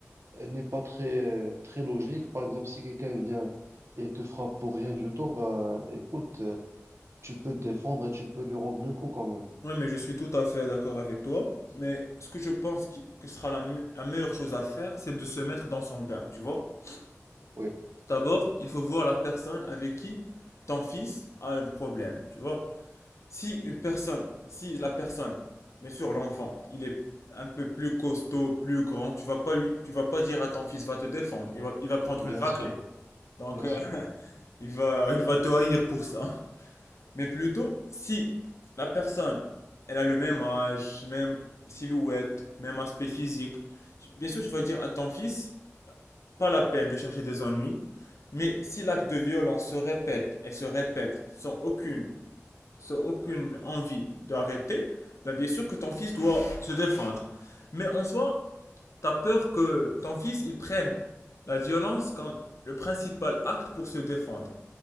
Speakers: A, on the right; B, on the left.
A: euh, n'est pas très, euh, très logique, par exemple, si quelqu'un vient et te frappe pour rien du tout, bah, écoute, euh, tu peux te défendre et tu peux lui rendre le coup quand même.
B: Oui, mais je suis tout à fait d'accord avec toi. Mais ce que je pense qui- que sera la, me- la meilleure chose à faire, c'est de se mettre dans son bain, tu vois?
A: Oui,
B: D'abord, il faut voir la personne avec qui ton fils a un problème, tu vois? Si une personne, si la personne, bien sûr l'enfant, il est un peu plus costaud, plus grand, tu vas pas lui, tu vas pas dire à ton fils, va te défendre, il va, il va prendre
A: bien
B: une raclée.
A: sûr,
B: Donc,
A: bien
B: euh,
A: sûr.
B: <laughs> il va, il va te haïr pour ça. Mais plutôt, si la personne, elle a le même âge, même silhouette, même aspect physique, bien sûr, tu vas dire à ton fils, pas la peine de chercher des ennuis, mais si l'acte de violence se répète et se répète sans aucune, sans aucune envie d'arrêter, ben bien sûr que ton fils doit se défendre. Mais en soi, t'as peur que ton fils, il prenne la violence comme le principal acte pour se défendre.